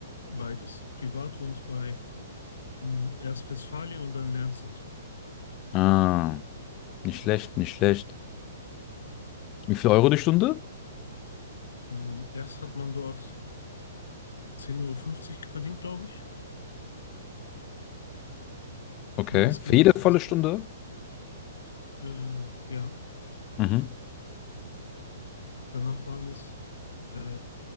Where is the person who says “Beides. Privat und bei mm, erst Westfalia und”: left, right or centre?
Left